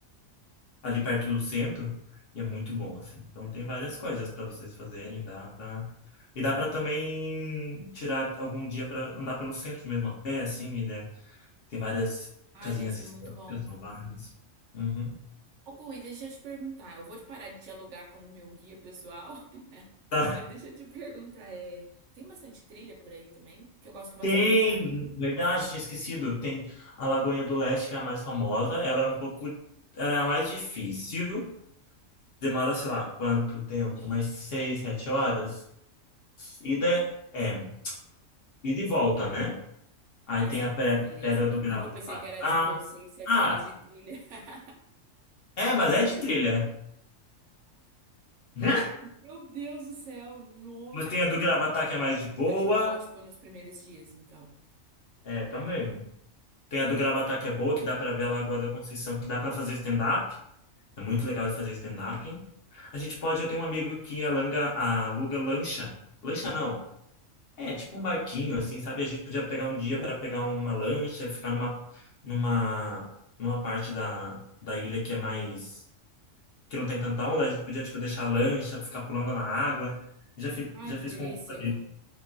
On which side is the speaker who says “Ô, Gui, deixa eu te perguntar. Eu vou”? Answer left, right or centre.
Right